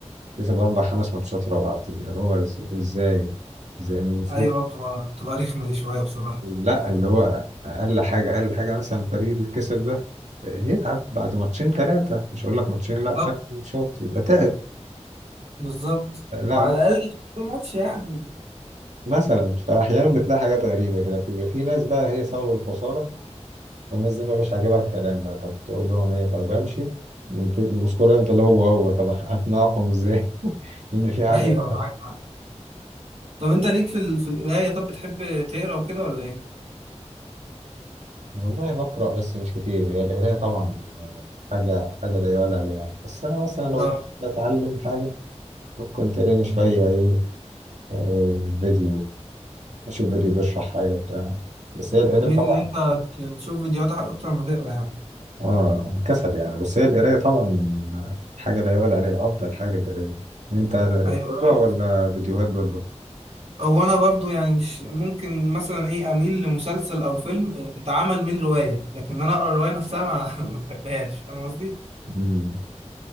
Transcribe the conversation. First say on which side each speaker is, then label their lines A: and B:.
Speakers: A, on the right (about 80°); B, on the right (about 65°).
A: كسب أربع خمس ماتشات ورا بعض اللي هو إز- إزاي؟ زي المفروض
B: ايوه بتبقى بتبقى رخمه دي شويه بصراحه
A: لا اللي هو اقل حاجه اقل حاجه مثلا الفريق اللي كسب ده يتعب بعد ماتشين ثلاثه مش هقول لك ماتشين لا
B: طب
A: ثلاث ماتشات يبقى تعب
B: بالظبط
A: لا
B: او على الاقل في ماتش يعني
A: مثلا فاحيانا بتلاقي حاجات غريبه كده بيبقى في ناس بقى هي سبب الخساره الناس دي ما بيبقاش عاجبها الكلام بقى طب تقول لهم ايه طب امشي السكور يفضل هو هو طب اقنعكم ازاي <laughs> ان في حاجه
B: <laughs> ايوه
A: غلط
B: معاك معاك طب انت ليك في ال... في القرايه طب بتحب تقرا وكده ولا ايه؟
A: والله بقرا بس مش كتير هي القرايه طبعا آه، حاجه حاجه لا يعلى عليها بس انا مثلا لو
B: اه
A: بتعلم حاجه كنت قاري شوية إيه آه، فيديو أشوف فيديو بيشرح حاجة بتاع بس هي القراية
B: بتميل
A: طبعا
B: ان انت تشوف فيديوهات اكتر ما تقرا يعني
A: آه كسل يعني بس هي القراية طبعا حاجة لا يعلى عليها أفضل حاجة القراية أنت بتقرا
B: ايوه فاهم قصدك.
A: ولا فيديوهات برضه؟
B: هو انا برضو يعني مش ممكن مثلا ايه اميل لمسلسل او فيلم اتعمل من روايه لكن انا اقرا الروايه نفسها ما <laughs> ما بحبهاش فاهم قصدي؟
A: مم.